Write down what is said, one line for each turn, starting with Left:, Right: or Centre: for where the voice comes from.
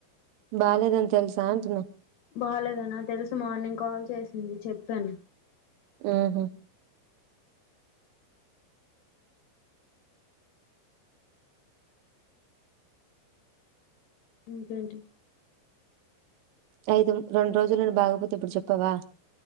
Right: బాలేదని తెలుసా అంటున్నా
Left: బాలేదనా తెలుసు మార్నింగ్ కాల్ చేసింది చెప్పాను
Right: ఉహూ
Left: ఇంకేంటి
Right: అయితే రెండు రోజులు నుండి బాగొపోతే ఇప్పుడు చెప్పావా